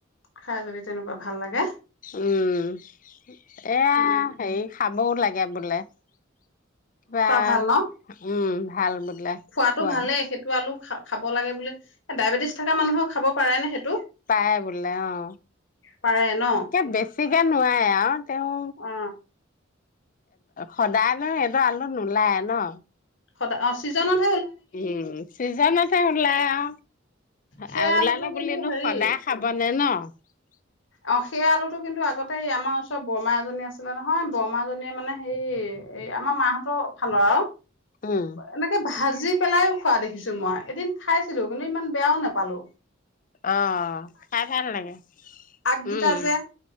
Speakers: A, on the left; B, on the left.
A: খাই যদি তেনেকুৱা ভাল লাগে
B: উম এয়া
A: উম
B: হেৰি খাব বৌ লাগে বোলে কিবা
A: খোৱা ভাল
B: উম,
A: ন
B: ভাল বোলে
A: খোৱাটো
B: খোৱা।
A: ভালেই সেইটো আলু খা খাব লাগে বুলি এ ডায়েবেটিছ থকা মানুহক খাব পাৰেনে সেইটো?
B: পায় বোলে অ
A: পাৰে ন
B: একে বেছিকে নোৱাৰে অ তেওঁ
A: অ
B: সদায় ন এবোৰ আলু নোলায় ন
A: সদ অ চিজনত
B: উম, চিজনতহে ওলাই আও
A: সেই
B: আৰু ওলালে
A: আলুটো
B: বোলিয়েনো
A: কিন্তু হেৰি
B: সদায় খাব নে ন? <unintelligible>
A: অ সেই আলুটো কিন্তু আগতে আমাৰ ওচ বৰমা এজনী আছিলে নহয় বৰমা জনিয়ে মানে হে এই আমাৰ মাহতৰ ফালৰ আৰু
B: উম
A: এনেকে ভাজি পেলায়ো খোৱা দেখিছো মই এদিন খাইছিলো কিন্তু ইমান বেয়াও নাপালো
B: অ খাই ভাল লাগে
A: আগকিতা
B: উম
A: যে